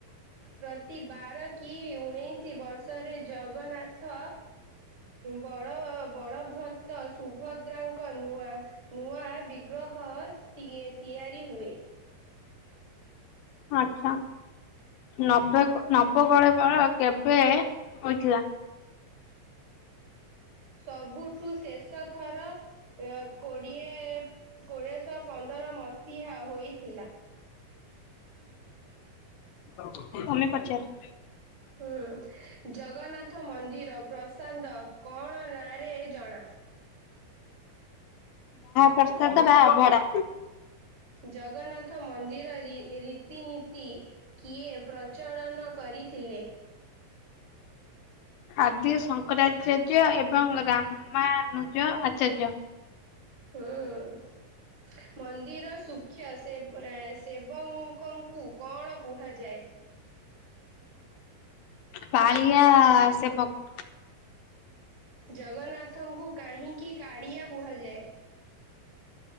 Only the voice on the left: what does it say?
ଆଚଛା। ନବେ ନବକଳେ ବର କେବେ ହୋଇଥିଲା?
ହ ହ ତମେ ପଚାର?
ପ୍ରସାଦ ବା ଅଭଡା।
ଆଦି ଶଙ୍କରାଚାର୍ଯ୍ୟ ଏବଂ ରାମାନୁଜ ଆଚାର୍ଯ୍ୟ।
ପାଳିଆ ସେ ପକ